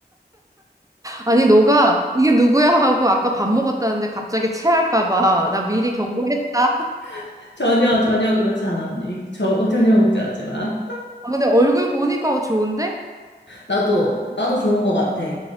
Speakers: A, on the right (about 20°); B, on the left (about 80°).
A: 아니, 너가 이게 누구야 하고 아까 밥 먹었다는데 갑자기 체할까 봐. 나 미리 경고했다.
B: <laughs> 전혀, 전혀 그렇지 않아, 언니. 저, 전혀 걱정하지 마.
A: <laughs> 아, 근데 얼굴 보니까 어, 좋은데?
B: 나도, 나도 좋은 것 같아.
A: 어.